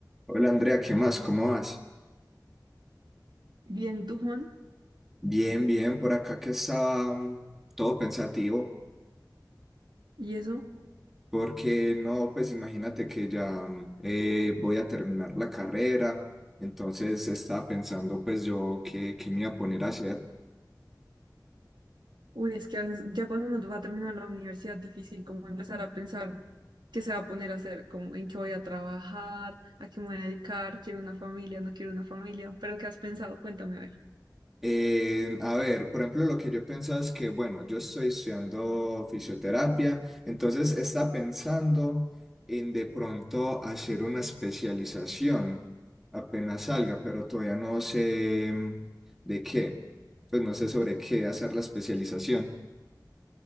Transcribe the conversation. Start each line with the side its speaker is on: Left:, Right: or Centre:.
Centre: Hola Andrea, ¿qué más? ¿Cómo vas?
Right: Bien, y tú, Juan,
Centre: Bien, bien, por acá que estaba mm, todo pensativo,
Right: y eso,
Centre: porque no, pues imagínate que ya mm, eh, voy a terminar la carrera, entonces estaba pensando pues yo qué, qué me iba a poner a hacer.
Right: uy, es que as- ya cuando uno va a terminar la universidad, difícil como empezar a pensar qué se va a poner a hacer, como en qué voy a trabajar, a qué me voy a dedicar, quiero una familia, no quiero una familia, pero ¿qué has pensado? Cuéntame, a ver.
Centre: Eh, a ver, por ejemplo, lo que yo pensaba es que, bueno, yo estoy estudiando fisioterapia, entonces está pensando en de pronto hacer una especialización apenas salga, pero todavía no sé mm, de qué, pues no sé sobre qué hacer la especialización.